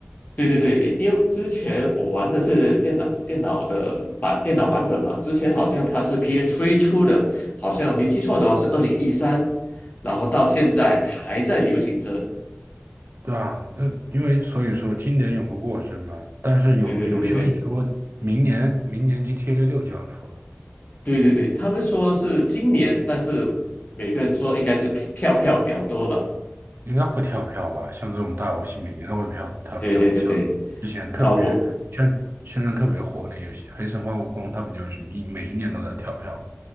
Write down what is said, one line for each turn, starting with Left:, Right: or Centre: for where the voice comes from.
Left: 对对对，因因为之前我玩的是电脑电脑的版电脑版本嘛，之前好像它是 PS3 出的，好像没记错的话是二零一三，然后到现在还在流行着。
Right: 对啊，那因为所以说经典永不过时嘛。但是有有消息说，
Left: 对对对对对
Right: 明年明年 GTA 六就要出了，
Left: 对对对，他们说是今年，但是每个人说应该是跳票比较多吧。
Right: 应该会跳票吧？像这种大游戏，每年都会跳跳票。
Left: 对对对对。
Right: 像之前特别宣宣传特别火那游戏《黑神话：
Left: 啊，我
Right: 悟空》，它不就是一每一年都在跳票吗？